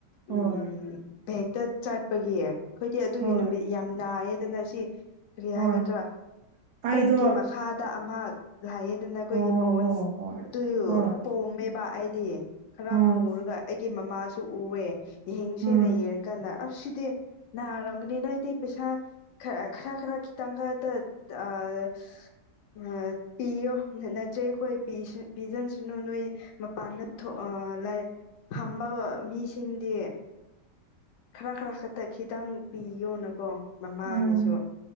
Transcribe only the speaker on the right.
ꯍꯣꯏ
ꯍꯣꯏ
ꯍꯣꯏ
ꯑꯩꯗꯣ
ꯑꯣ
ꯍꯣ ꯍꯣꯏ
ꯍꯣꯏ
ꯑꯣ
ꯎꯝ
ꯎꯝ